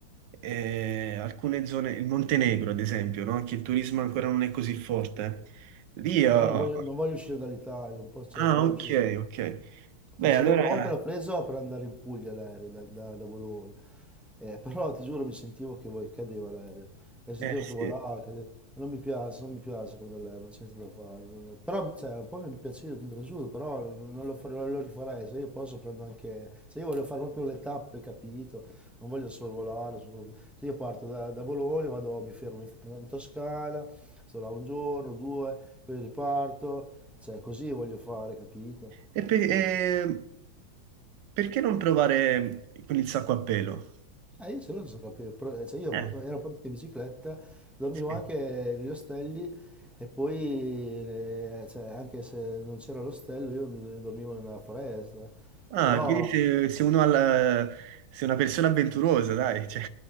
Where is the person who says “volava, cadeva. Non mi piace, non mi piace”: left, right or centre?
Centre